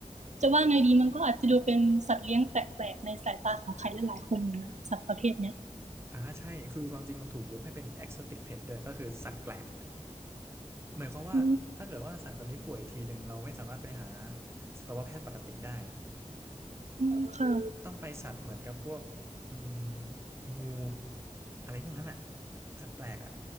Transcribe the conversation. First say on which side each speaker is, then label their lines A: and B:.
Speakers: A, on the right; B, on the right.
A: จะว่าไงดีมันก็อาจจะดูเป็นสัตว์เลี้ยงแปลกๆในสายตาของใครหลายๆคนอยู่นะสัตว์ประเภทเนี้ย
B: <laughs> อ่าใช่คือความจริงมันถูกยกให้เป็น exotic pet ด้วยก็คือสัตว์แปลก หมายความว่าถ้าเกิดว่าสัตว์ตัวนี้ป่วยทีหนึ่งเราไม่สามารถไปหา
A: อืม
B: สัตวแพทย์ปกติได้
A: อืมค่ะ
B: ต้องไปสัตว์เหมือนกับพวกอืมงูอะไรพวกนั้นอ่ะสัตว์แปลกอ่ะ